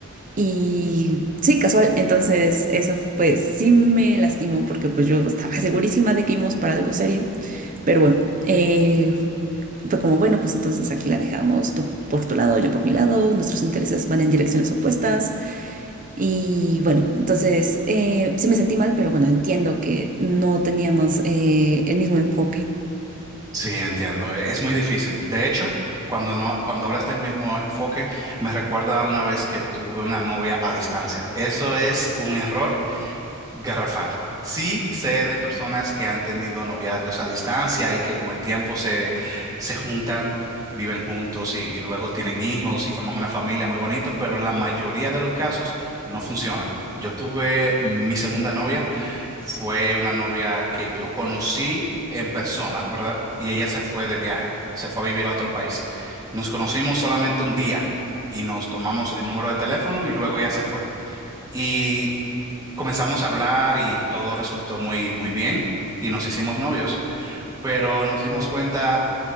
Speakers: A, on the right; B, on the right.
A: y sí, casual. Entonces, eso pues sí me lastimó porque pues yo estaba segurísima de que íbamos para algo serio. Pero bueno, eh, fue como, bueno, pues entonces aquí la dejamos, tú por tu lado, yo por mi lado, nuestros intereses van en direcciones opuestas. Y bueno, entonces eh, sí me sentí mal, pero bueno, entiendo que no teníamos eh, el mismo enfoque.
B: Sí, entiendo. e- Es muy difícil. De hecho, cuando no, cuando hablas del mismo enfoque, me recuerda a una vez que tuve una novia a distancia. Eso es un error garrafal. Sí sé de personas que han tenido noviazgos a distancia y que con el tiempo se, se juntan, viven juntos y, y luego tienen hijos y forman una familia muy bonito, pero la mayoría de los casos no funciona. Yo tuve mi segunda novia. Fue una novia que yo conocí en persona, ¿verdad? Y ella se fue de viaje, se fue a vivir a otro país. Nos conocimos solamente un día y nos tomamos el número de teléfono y luego ella se fue. Y comenzamos a hablar y todo resultó muy, muy bien y nos hicimos novios, pero nos dimos cuenta